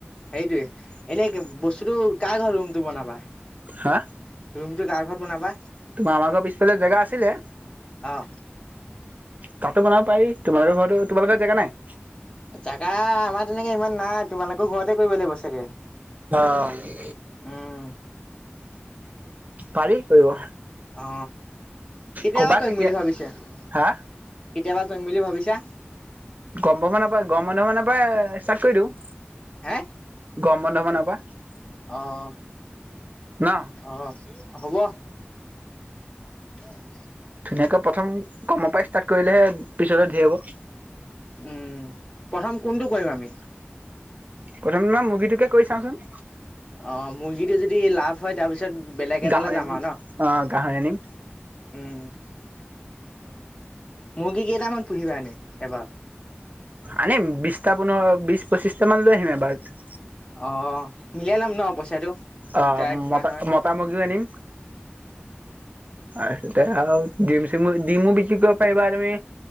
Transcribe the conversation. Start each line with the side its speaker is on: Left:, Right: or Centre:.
Left: সেইটোৱে এনে বস্তুটো কাৰ ঘৰত ৰুমটো বনাবা।
Right: হা
Left: ৰুমটো কাৰ ঘৰত বনাবা?
Right: তোমাৰ আমাৰ ঘৰৰ পিছফালে জেগা আছিলে
Left: অ'
Right: তাতো বনাব পাৰি, তোমালোকৰ ঘৰতো তোমালোক ঘৰত জেগা নাই?
Left: জাগা আমাৰ তেনেকে ইমান নাই। তোমালোকৰ ঘৰতে কৰিব লাগিব চাগে।
Right: অ
Left: উম।
Right: পাৰি কৰিব।
Left: অ' কেতিয়াৰপৰা
Right: কবা
Left: কৰিম
Right: কেতিয়া
Left: বুলি ভাবিছে কেতিয়াৰপৰা
Right: হা
Left: কৰিম বুলি ভাবিছা।
Right: <unintelligible> মানৰ পৰা গৰম মানুহ মানৰ পৰা ষ্টাৰ্ট কৰি দিওঁ।
Left: হে?
Right: গৰম বন্ধ মানত। <unintelligible>
Left: অ',
Right: ন
Left: অ' হব। <unintelligible>
Right: ধুনীয়াকৈ প্ৰথম কমৰ পৰা ষ্টাৰ্ট কৰিলেহে পিছলৈ ধেৰ হ'ব।
Left: উম প্ৰথম কোনটো কৰিম আমি
Right: প্ৰথমে মুৰ্গীটোকে কৰি চাওঁচোন।
Left: অ' মুৰ্গীটো যদি লাভ হয় তাৰপিছত তাৰপিছত বেলেগ এটালৈ
Right: গাহৰি
Left: যাম আৰু ন।
Right: অ গাহৰি আনিম
Left: উম। মুৰ্গী কেইটামান পুহিবা নি এবাৰ।
Right: আনিম বিছটা পোন্ধৰ বিছ পঁচিশটা মান লৈ আহিম এবাৰত
Left: অ মিলাই লম ন পইচাটো
Right: আহ
Left: দুটাৰ কিমান
Right: মতা
Left: হয়?
Right: মতা মুগিও আনিম আ তেতিয়া আও ডিম চিমো ডিমু বিকি কৰিব পাৰিবা তুমি